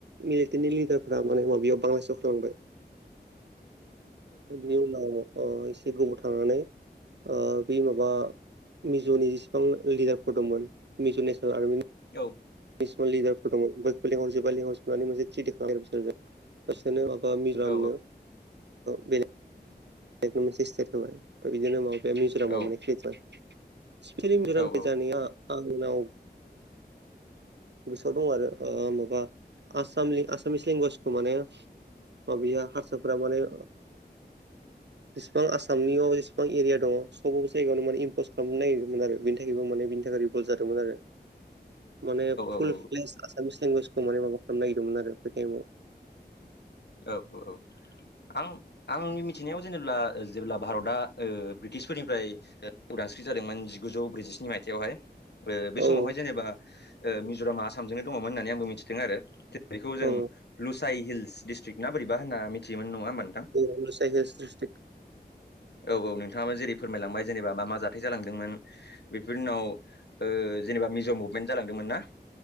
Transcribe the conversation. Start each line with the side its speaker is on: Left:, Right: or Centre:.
Right: मिलइटडनि लिडारफोरा माने माबायाव बांलादेशआव थांलामबाय बिनि उनाव अ एसे गोबाव थांनानै ब माबा मिज'नि जेसेबां लिडारफोर दंमोन मिज' नेसनेल आर्मिनि
Left: औ
Right: नेसनेल लिदारफोर दङ बयखौ लिंहरजोबा लेंहर सुनानै मोनसे थिटि खालामो बिसोरजों फारसेनो माबा मिलामनो
Left: औ
Right: बे <unintelligible>
Left: औ
Right: सिफलिमजरामखौ
Left: औ औ
Right: जानाया आंनाव गोसोआव दं आरो माबा आसाम आसामिस लेंगुवेजखौ माने औ बियो हारसाफोरा माने जसिबां आसामनियाव जेसेबां एरिया दङ सब जायगायावनो माने इमपस खालामनो नागिरदोंमोन आरो बेनि थाखायबो माने बेनि थाखाय भुल जादोंमोन आरो माने फुल
Left: औ
Right: फ्लेस आसामिस लेंगुवेज खौ माने माबा खालामनो नागिरदोंमोन आरो बे ताइमाव
Left: औ औ आं आंनि मिथिनायाव जेनेब्ला जेब्ला भारतआ ब्रिटिसफोरनिफ्राय उदांस्रि जादोंमोन जिगुजौ ब्रैजिस्नि मायथाइयावहाय ओ बे
Right: औ
Left: समावहाय जेनेबा मिज'रामा आसामजोंनो दङमोन होननानै आंबो मिथिदों आरो बेखौ जों
Right: औ
Left: लुसाइ हिल्स डिस्ट्रिक्ट ना बोरैबा होनना मिथियोन नङा होनोमबानदां
Right: औ <unintelligible>
Left: औ औ नोंथाङाबो जेरै फोरमायलांबाय जेनेबा मा मा जाथाय जालांदोंमोन बेफोर उनाव जेनेबा मिज' मुभमेन्ट जालांदोंमोन ना